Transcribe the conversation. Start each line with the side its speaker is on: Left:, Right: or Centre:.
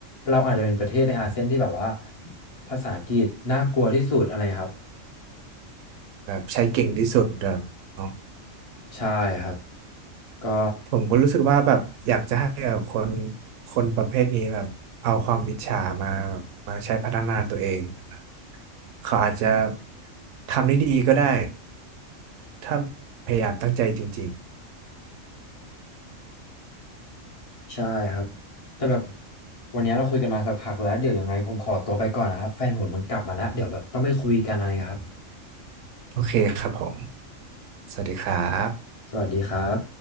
Left: เราอาจจะเป็นประเทศในอาเซียนที่แบบว่าภาษาอังกฤษน่ากลัวที่สุดอะไรครับ
Right: แบบใช้เก่งที่สุดแบบเนาะ
Left: ใช่ครับก็
Right: ผมก็รู้สึกว่าแบบอยากจะให้แบบคนคนประเภทนี้แบบเอาความอิจฉามาแบบมาใช้พัฒนาตัวเองนะเขาอาจจะทำได้ดีก็ได้ถ้าพยายามตั้งใจจริง
Left: ใช่ครับแต่แบบวันนี้เราคุยกันมาสักพักแล้วเดี๋ยวยังไงผมขอตัวไปก่อนนะครับแฟนผมมันกลับมาแล้วเดี๋ยวแบบต้องไปคุยกันอะไรครับ
Right: ๆโอเคครับผมสวัสดีครับ
Left: สวัสดีครับ